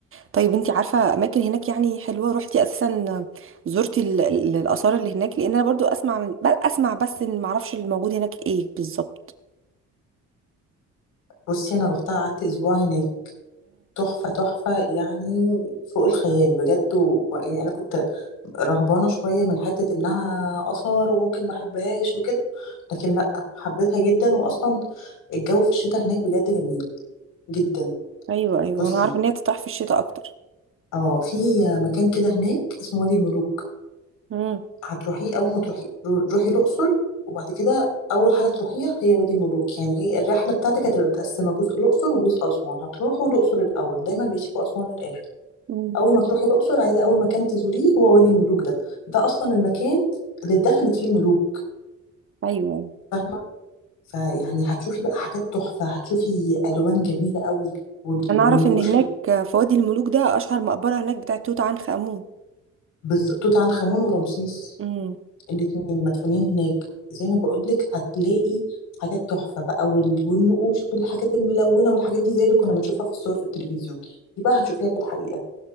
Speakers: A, on the right (about 45°); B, on the left (about 85°).
A: طيب انتي عارفه اماكن هناك يعني حلوه روحتي اساسا زرتي ال- ال- الاثار اللي هناك لان انا برضو اسمع من- اسمع بس إن ما اعرفش اللي موجود هناك ايه بالظبط
B: بصي انا روحتها قعدت اسبوع هناك تحفة تحفة يعني فوق الخيال بجد و... يعني انا كنت رهبانة شوية من حتة انها آثار وممكن ما احبهاش وكده لكن لا حبيتها جدا واصلا الجو في الشتاء هناك بجد جميل جدا
A: ايوه ايوه
B: بصي
A: انا عارفه ان هي تطرح في الشتاء اكتر
B: اه في مكان كده هناك اسمه وادي الملوك
A: امم
B: هتروحي اول ما تروحي رو- روحي الاقصر وبعد كده اول حاجه تروحيها هي وادي الملوك يعني هي الرحله بتاعتك هتبقى متقسمه جزء الاقصر وجزء اسوان هتروحوا الاقصر الاول دايما بيسيبوا اسوان للاخر
A: امم
B: اول ما تروحي الاقصر عايزه اول مكان تزوريه هو وادي الملوك ده ده اصلا المكان اللي اتدفنت فيه الملوك
A: ايوه ايوه
B: فاهمه فيعني هتشوفي بقى حاجات تحفه هتشوفي الوان جميله قوي وال-
A: انا اعرف
B: والنقوش
A: ان هناك
B: اللي-
A: في وادي الملوك ده اشهر مقبره هناك بتاعه توت عنخ امون
B: بز- توت عنخ امون ورمسيس
A: امم
B: الاتنين مدفونين هناك زي ما بقولك هتلاقي حاجات تحفة بقى وال- والنقوش والحاجات الملونة والحاجات دي زي اللي كنا بنشوفها في الصور في التلفزيون دي بقى هتشوفيها في الحقيقة